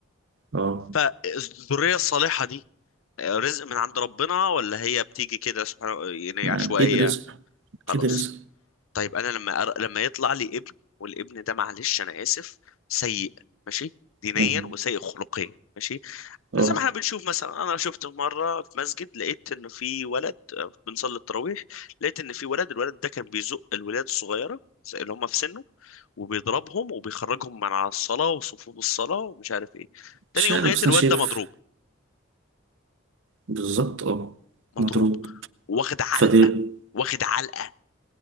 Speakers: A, on the right; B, on the left.
A: اه
B: فالذرية الصالحة دي رزق من عند ربنا ولا هي بتيجي كده سبحان يعني
A: أكيد
B: عشوائية
A: رزق أكيد
B: خلاص
A: رزق
B: طيب انا لما أر... لما يطلع لي ابن والابن ده معلش انا اسف سيء ماشي دينيا
A: مم.
B: وسيء خلقيا ماشي
A: اه
B: زي ما احنا بنشوف مثلا انا شفته مره في مسجد لقيت انه في ولد آه، بنصلي التراويح لقيت ان في ولد الولد ده كان بيزق الولاد الصغيره زي اللي هم في سنه وبيضربهم وبيخرجهم من على الصلاه وصفوف الصلاه ومش عارف ايه تاني
A: مش
B: يوم
A: عارف
B: لقيت
A: بس
B: الواد
A: أنا شايف
B: ده مضروب
A: بالظبط اه
B: مضروب
A: مضروب
B: واخد علقه
A: فدي
B: واخد علقه